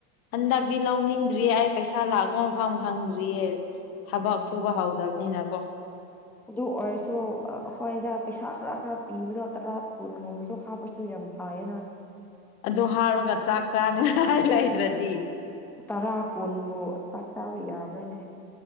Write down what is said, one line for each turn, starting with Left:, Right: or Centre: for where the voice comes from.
Left: ꯍꯟꯗꯛꯇꯤ ꯂꯧꯅꯤꯡꯗ꯭ꯔꯤꯌꯦ ꯑꯩ ꯄꯩꯁꯥ ꯂꯥꯛꯄ ꯃꯐꯝ ꯈꯪꯗ꯭ꯔꯤꯌꯦ ꯊꯕꯛ
Centre: ꯑꯣ
Left: ꯁꯨꯕ ꯍꯧꯗꯕꯅꯤꯅꯀꯣ
Centre: ꯑꯗꯨ ꯑꯣꯏꯔꯁꯨ ꯑꯩꯈꯣꯏꯗ ꯄꯩꯁꯥ ꯈꯔ ꯈꯔ ꯄꯤꯕꯗꯣ ꯇꯔꯥ ꯀꯨꯟꯒꯨꯝꯕꯁꯨ ꯍꯥꯞꯄꯁꯨ ꯌꯥ ꯐꯥꯌꯦꯅ
Left: ꯑꯗꯨ ꯍꯥꯎꯔꯒ ꯆꯥꯛ ꯆꯥꯅ ꯂꯩꯗ꯭ꯔꯗꯤ
Centre: ꯇꯔꯥ ꯀꯨꯣꯟꯕꯨ ꯆꯥꯛ ꯆꯥꯕ ꯌꯥꯕ꯭ꯔꯅꯦ